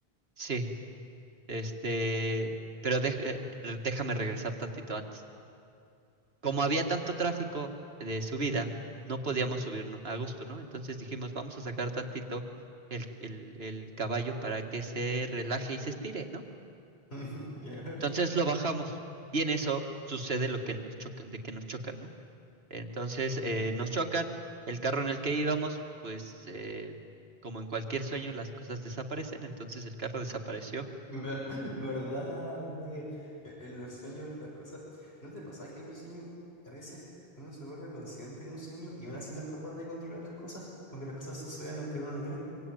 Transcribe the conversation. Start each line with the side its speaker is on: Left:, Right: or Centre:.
Right: Sí, este, pero dej- eh, re- déjame regresar tantito antes. Como había tanto tráfico de subida, no
Left: ¿Mm?
Right: podíamos subir no- a gusto, ¿no? Entonces dijimos, vamos a sacar tantito el, el, el caballo para que se relaje y se estire, ¿no?
Left: <laughs> Ya.
Right: Entonces lo bajamos y en eso sucede lo que nos chocan, de que nos chocan, ¿no? Entonces eh,
Left: Ya.
Right: nos chocan, el carro en el que íbamos, pues eh, como en cualquier sueño, las cosas desaparecen, entonces el carro desapareció
Left: Ver- <laughs> verdad, verdad que en, en los sueños las cosas... ¿No te pasa que en los sueños a veces uno se vuelve consciente de un sueño y aún así no es capaz de controlar las cosas? Aunque las cosas sucedan aunque uno no quiera.